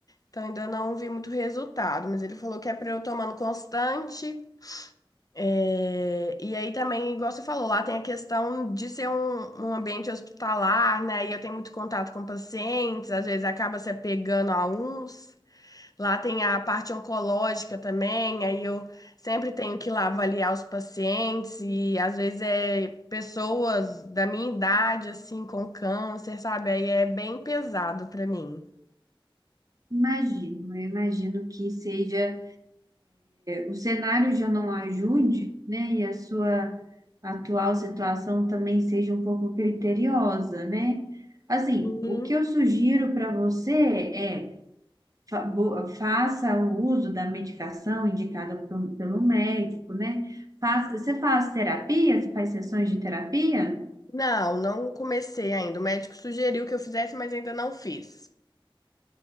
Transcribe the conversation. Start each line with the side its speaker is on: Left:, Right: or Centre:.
Left: Então ainda não vi muito resultado, mas ele falou que é pra eu tomando constante. é, E aí também, igual você falou, lá tem a questão de ser um, um ambiente hospitalar, né? E eu tenho muito contato com pacientes, às vezes acaba se apegando a uns. Lá tem a parte oncológica também, aí eu sempre tenho que ir lá avaliar os pacientes e às vezes é pessoas da minha idade assim com câncer, sabe? Aí é bem pesado pra mim.
Right: Imagino, eu imagino que seja. o cenário já não ajude, né? E a sua atual situação também seja um pouco criteriosa, né? Assim,
Left: Hum,
Right: o que eu sugiro para você é fa- bo- faça o uso da medicação indicada pro- pelo médico, né? Faça- você faz terapia? Você faz sessões de terapia?
Left: Não, não comecei ainda. O médico sugeriu que eu fizesse, mas ainda não fiz.